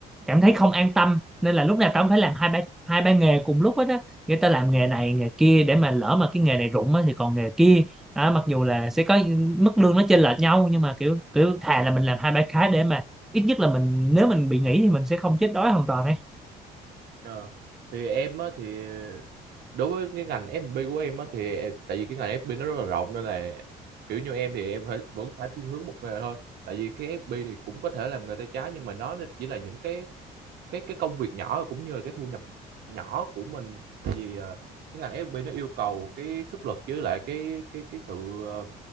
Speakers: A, in the centre; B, on the right.
A: cảm thấy không an tâm nên là lúc nào tao cũng phải làm hai ba hai ba nghề cùng lúc hết á người ta làm nghề này nghề kia để mà lỡ mà cái nghề này rụng á thì còn nghề kia Đó, mặc dù là sẽ có mức lương nó chênh lệch nhau nhưng mà kiểu kiểu thà là mình làm hai ba cái để mà ít nhất là mình nếu mình bị nghỉ thì mình sẽ không chết đói hoàn toàn ấy
B: Ờ, thì em á thì đối với cái ngành F&B của em á thì ờ, tại vì cái ngành F&B nó rất là rộng nên là kiểu như em thì em phải, vẫn phải thiên hướng một nghề thôi tại vì cái FB thì cũng có thể làm nghề tay trái nhưng mà nó chỉ là những cái cái cái công việc nhỏ cũng như là cái thu nhập nhỏ của mình vì ờ, cái ngành FB nó yêu cầu cái sức lực với lại cái cái cái sự ờ,